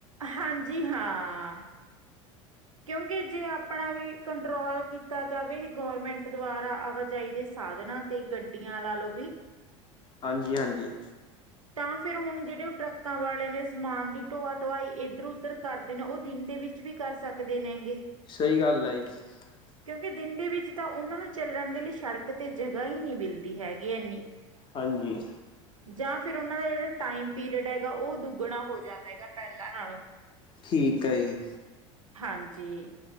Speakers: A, on the right; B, on the left.
A: ਹਾਂਜੀ, ਹਾਂ। ਕਿਉਂਕਿ ਜੇ ਆਪਣਾ ਵੀ ਕੰਟਰੋਲ ਕੀਤਾ ਜਾਵੇ ਗੌਰਮੈਂਟ ਦੁਆਰਾ ਆਵਾ ਚਾਹੀਦੇ ਸਾਧਨਾਂ ਤੇ ਗੱਡੀਆਂ ਲਾ ਲੋ ਵੀ
B: ਹਾਂਜੀ ਹਾਂਜੀ
A: ਤਾਂ ਫਿਰ ਹੁਣ ਜਿਹੜੇ ਉਹ ਟਰੱਕਾਂ ਵਾਲੇ ਨੇ ਸਮਾਨ ਦੀ ਢੋਆ ਢੋਆਈ ਇਧਰ ਉਧਰ ਕਰਦੇ ਨੇ ਉਹ ਦਿਨ ਦੇ ਵਿੱਚ ਵੀ ਕਰ ਸਕਦੇ ਨੇ ਗੇ
B: ਸਹੀ ਗੱਲ <inaudible>
A: ਕਿਉਂਕਿ ਦਿਨ ਦੇ ਵਿੱਚ ਤਾ ਉਨਾਂ ਨੂੰ ਚੱਲਣ ਦੇ ਲਈ ਸ਼ੜਕ ਤੇ ਜਗਾ ਈ ਨੀ ਮਿਲਦੀ ਹੈਗੀ ਇੰਨੀ।
B: ਹਾਂਜੀ।
A: ਜਾਂ ਫਿਰ ਉਹ ਦਾ ਜਿਹੜਾ ਟਾਈਮ ਪੀਰੀਅਡ ਹੈਗਾ ਉਹ ਦੁੱਗਣਾ ਹੋ ਜਾਂਦਾ ਹੈਗਾ ਪਹਿਲਾਂ ਨਾਲੋਂ।
B: ਠੀਕ ਆ ਜੀ।
A: ਹਾਂਜੀ,